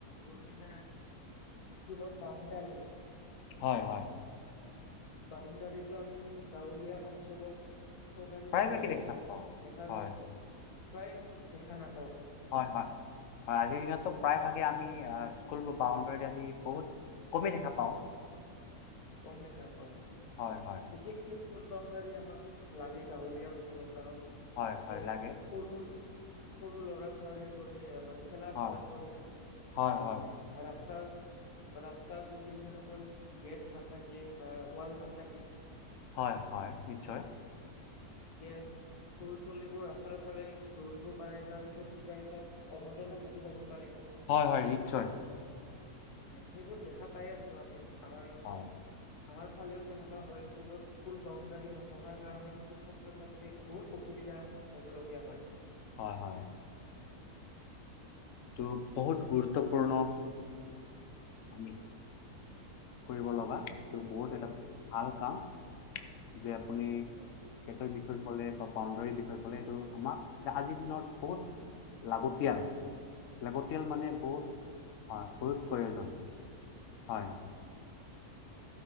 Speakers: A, on the left; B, on the left.
A: যোনকেইটা স্কুলৰ বাউণ্ডাৰী
B: হয়, হয়।
A: বাউণ্ডাৰীটো আমি গাঁৱলীয়া অঞ্চলত চৰকাৰী
B: প্ৰায়ভাগে
A: স্কুলৰ
B: দেখা পাওঁ।
A: দেখা
B: হয়,
A: প্ৰায়, দেখা নথা
B: হয়, হয়। হয় আজিৰ দিনতো প্ৰায় ভাগে আমি আহ স্কুলবোৰ বাউণ্ডৰীত আমি বহুত কমেই দেখা পাওঁ।
A: কম দেখা পাও।
B: হয়, হয়,
A: বিশেষকে স্কুল বাউণ্ডাৰী আমাক লাগে। গাঁৱলীয়া অঞ্চলত কাৰণ
B: হয়,
A: তাতে
B: হয়, লাগে।
A: সৰু সৰু ল'ৰা ছোৱালী বোৰে আমাৰ খেলা
B: হয়,
A: ধুলা কৰে
B: হয়,
A: আৰু
B: হয়,
A: ৰাস্ত ৰাস্তাৰ, ৰাস্তা যদি সেনেকৈ গেট নাথাকে। বা ৱাল নাথাকে
B: হয়, হয় নিশ্চয়।
A: ইয়েছ। সৰু ছলীবোৰ ৰাস্তাৰ ফালে দৌৰিব পাৰে, তাৰ পিছত কিবা এটাত অঘটন ঘটি যাব পাৰে।
B: হয়, হয় নিশ্চয়।
A: উম, সেইবোৰ দেখা পাই আছো। আমি আমাৰ
B: হয়,
A: আমাৰ ফালেও তেনেকুৱা হৈ আছে য'ত স্কুল বাউণ্ডাৰী নথকাৰ কাৰণে বহুত ছা ছাত্ৰ, ছাত্ৰী বহুত অসুবিধা হবলগীয়া হয়।
B: হয়, হয়। এইটো বহুত গুৰুত্বপূৰ্ণ। আমি কৰিব লগা, এইটো বহুত
A: হয়
B: এটা ভাল কাম। যে আপুনি
A: হয়
B: সিহঁতৰ বিষয়ে কলে, বা বাউণ্ডৰী বিষয়ে কলে, এইটো আমাক যে আজিৰ দিনত বহুত লাগতিয়াল, লাগতিয়াল মানে বহুত, হয় বহুত প্ৰয়োজন। হয়।
A: উম।